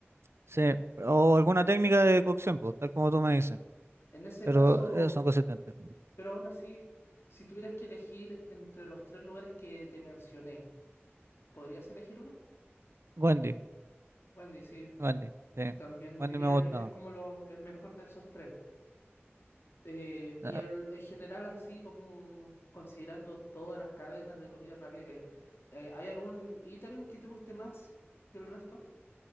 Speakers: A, on the right; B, on the left.
A: Sí, o alguna técnica de cocción, pues, tal como tú me dices.
B: En ese
A: Pero
B: caso,
A: eh, son consistentes.
B: pero aún así, si tuvieras que elegir entre los tres lugares que te mencioné, ¿podrías elegir uno?
A: Wendy,
B: Wendy, sí.
A: Wendy, sí.
B: También
A: Wendy
B: diría
A: me gusta.
B: yo que es como lo, el mejor de esos tres. Eh, y
A: Ah,
B: el- en general, así como considerando todas las cadenas de comida rápida que hay, eh, ¿hay algún ítem que te guste más que el resto?